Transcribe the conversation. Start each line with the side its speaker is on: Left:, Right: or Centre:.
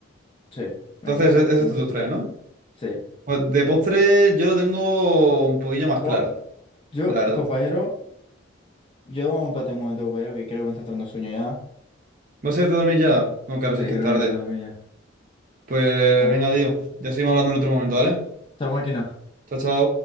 Left: Sí, venga,
Right: Entonces, ese ese
Left: yo
Right: es
Left: confío.
Right: tu
Left: en
Right: tres,
Left: ti.
Right: ¿no?
Left: Sí.
Right: Pues de postre yo lo tengo un poquillo más
Left: Bueno,
Right: claro,
Left: yo,
Right: la verdad.
Left: compañero, yo empate un momento, compañero, que creo que me está entrando sueño ya.
Right: ¿Vas a irte a dormir ya? No, claro, si
Left: Sí,
Right: es que
Left: creo
Right: es tarde.
Left: que voy a dormir ya.
Right: Pues
Left: Bueno,
Right: venga, tío. Ya seguimos hablando en otro momento, ¿vale?
Left: chao máquina.
Right: Chao, chao.